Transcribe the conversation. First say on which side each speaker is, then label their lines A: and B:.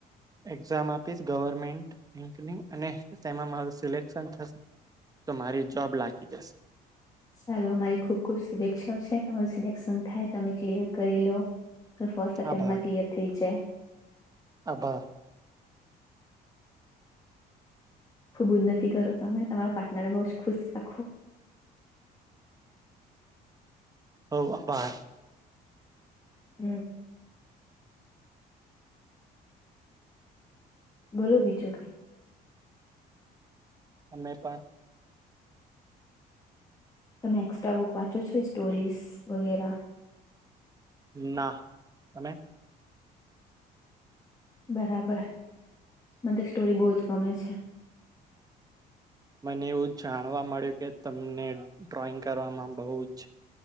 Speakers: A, on the right (about 20°); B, on the left (about 20°).
A: એક્ઝામ આપીશ, ગવર્મેન્ટ રેન્કની, અને તેમાં મારું સિલેક્શન થશે. તો મારી જોબ લાગી જશે
B: ચાલો મારી ખુબ ખુબ શુભેચ્છાઓ છે તમારું સિલેક્શન થાય તમે ક્લિયર કરી લો ફર્સ્ટ સપ્ટેમ્પમાં
A: આભાર
B: ક્લિયર થઈ જાય
A: આભાર
B: ખુબ ઉન્તિ કરો તમે તમારા પાર્ટનર બહ જ ખુશ રાખો
A: હવ આભાર
B: હમ બોલો બીજું કઈ
A: અમે પણ
B: તમે એક્સ્ટ્રા બુક વાંચો છો સ્ટોરીઝ વગેરા
A: ના તમે
B: બરાબર મને સ્ટોરી બહુ જ ગમે છે
A: મને એવું જાણવા મળ્યું કે તમને ડ્રોઈંગ કરવામાં બહુ જ